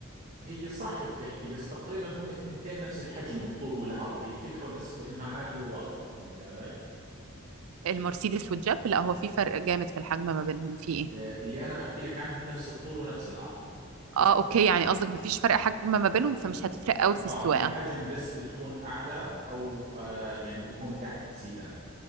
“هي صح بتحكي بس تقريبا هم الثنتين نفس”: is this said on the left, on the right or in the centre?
Right